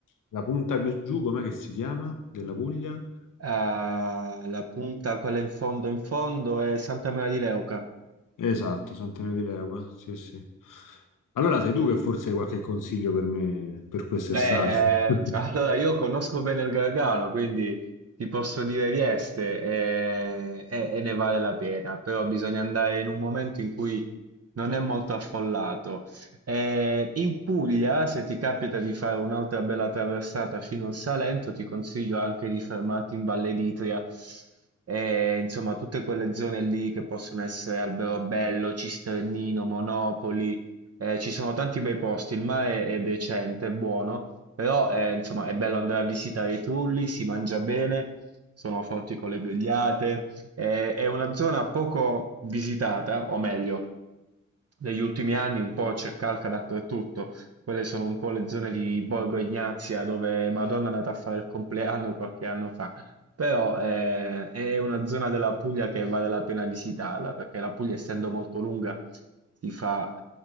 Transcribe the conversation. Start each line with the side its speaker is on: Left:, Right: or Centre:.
Left: la punta più giù, com'è che si chiama? Della Puglia?
Right: Ah, la punta, quella in fondo in fondo, è Santa Maria di Leuca.
Left: Esatto, Sant'Emilio di Leuca, sì, sì. Allora sei tu che forse hai qualche consiglio per me per quest'estate?
Right: Beh,
Left: <laughs>
Right: eh, allora io conosco bene il Gargano, quindi ti posso dire Vieste e, e- e ne vale la pena, però bisogna andare in un momento in cui non è molto affollato. Eh, in Puglia, se ti capita di fare un'altra bella traversata fino al Salento, ti consiglio anche di fermarti in Valle d'Itria, Eh, insomma tutte quelle zone lì che possono essere Alberobello, Cisternino, Monopoli. Eh, ci sono tanti bei posti, il mare è decente, è buono, però eh, insomma è bello andare a visitare i trulli, si mangia bene, sono forti con le grigliate, eh, è una zona poco visitata, o meglio, negli ultimi anni un po' c'è calca dappertutto, quelle sono un po' le zone di Borgo Ignazia dove Madonna è andata a fare il compleanno qualche anno fa. Però eh, è una zona della Puglia che vale la pena visitarla, perché la Puglia, essendo molto lunga, si fa,